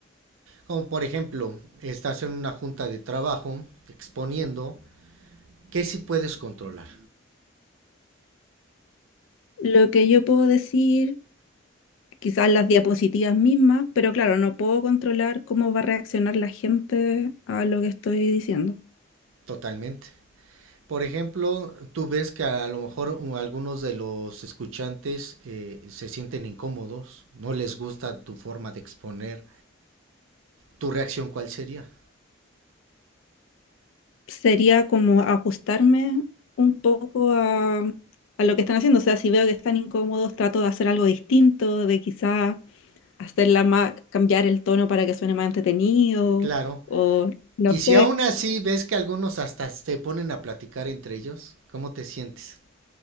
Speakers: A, on the right (about 75°); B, on the left (about 70°).
A: Como por ejemplo, estás en una junta de trabajo exponiendo que sí puedes controlar
B: Lo que yo puedo decir quizás las diapositivas mismas, pero claro, no puedo controlar cómo va a reaccionar la gente a lo que estoy diciendo.
A: totalmente. Por ejemplo, tú ves que a lo mejor u- algunos de los escuchantes eh, se sienten incómodos, no les gusta tu forma de exponer, ¿tu reacción cuál sería?
B: Sería como ajustarme un poco a, a lo que están haciendo. O sea, si veo que están incómodos, trato de hacer algo distinto, de quizás hacerla más, cambiar el tono para que suene más entretenido,
A: Claro.
B: o no
A: Y
B: sé,
A: si aún así ves que algunos hasta se ponen a platicar entre ellos, ¿cómo te sientes?